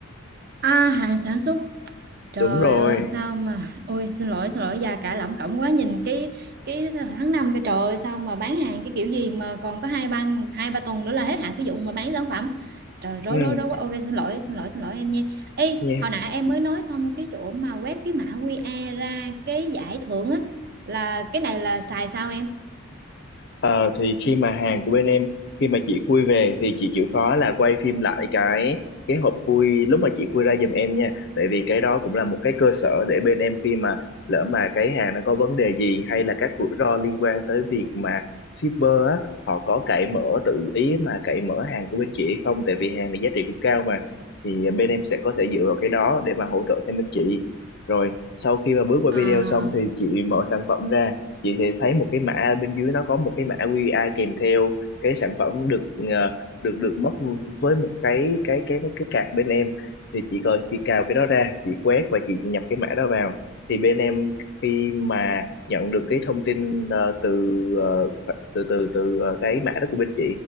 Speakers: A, on the right; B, on the left.
A: à, hàng sản xuất. Trời
B: đúng rồi
A: ơi sao mà Ôi xin lỗi xin lỗi già cả lẩm cẩm quá Nhìn cái cái tháng 5 cái trời ơi, Sao mà bán hàng cái kiểu gì mà còn có hai ba hai ba tuần nữa là hết hạn sử dụng Mà bán sản phẩm Trời rối
B: ừ,
A: rối rối quá Ok xin lỗi xin lỗi xin lỗi em nha Ê
B: nha
A: hồi nãy em mới nói xong cái chỗ mà quét cái mã QR ra cái giải thưởng á Là cái này là xài sao em
B: Ờ, thì khi mà hàng của bên em khi mà chị khui về thì chị chịu khó là quay phim lại cái cái hộp khui lúc mà chị khui ra giùm em nha tại vì cái đó cũng là một cái cơ sở để bên em khi mà lỡ mà cái hàng nó có vấn đề gì hay là các rủi ro liên quan tới việc mà shipper á họ có cậy mở tự ý mà cậy mở hàng của bên chị hay không tại vì hàng này giá trị cũng cao mà thì bên em sẽ có thể dựa vào cái đó để mà hỗ trợ thêm bên chị rồi sau khi mà bước qua
A: À,
B: video xong thì chị mở sản phẩm ra chị thì thấy một cái mã bên dưới nó có một cái mã QR kèm theo cái sản phẩm được ờ, được được bóc với một cái cái cái cái card bên em thì chị coi chị cào cái đó ra chị quét và chị nhập cái mã đó vào thì bên em khi mà nhận được cái thông tin ờ, từ ờ, từ từ từ ờ, cái mã đó của bên chị